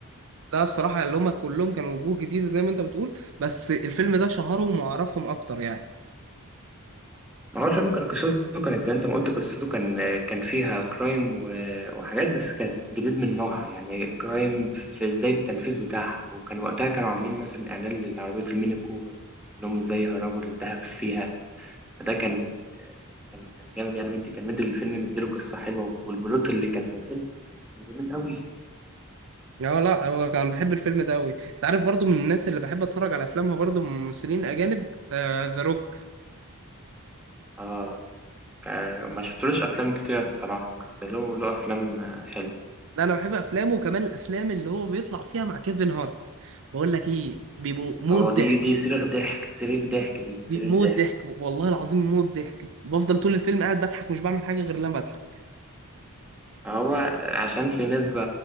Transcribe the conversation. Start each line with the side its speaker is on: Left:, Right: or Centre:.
Right: لا الصراحة اللي هما كلهم كانوا وجوه جديدة زي ما انت بتقول بس الفيلم ده شهرهم وعرفهم أكتر يعني
Centre: ما هو شرم كان قصته كانت زي انت ما قلت قصته كان كان فيها كرايم و- وحاجات بس كانت جديد من نوعها يعني كرايم في في ازاي التنفيذ بتاعها وكان وقتها كانوا عاملين مثلا اعلان لعربية الميني كوبر انهم ازاي هربوا الدهب فيها فده كان كان كان جامد يعني مدي كان مدي للفيلم مديله قصة حلوة والبلوت اللي كان في الفيلم كان جميل قوي
Right: لا لا هو كان بحب الفيلم ده أوي انت عارف برضو من الناس اللي بحب أتفرج على أفلامها برضو من ممثلين أجانب ذا روك
Centre: اه كان- ما شفتلوش افلام كتير الصراحة بس له له افلام حلوة
Right: لا أنا بحب أفلامه وكمان الأفلام اللي هو بيطلع فيها مع كيفن هارت بقول لك إيه بيبقوا موت
Centre: اه
Right: ضحك
Centre: دي دي صريخ ضحك صريخ ضحك دي
Right: دي
Centre: صريخ
Right: موت
Centre: ضحك
Right: ضحك والله العظيم موت ضحك بفضل طول الفيلم قاعد بضحك مش بعمل حاجة غير لما بضحك
Centre: هو عشان في نسبة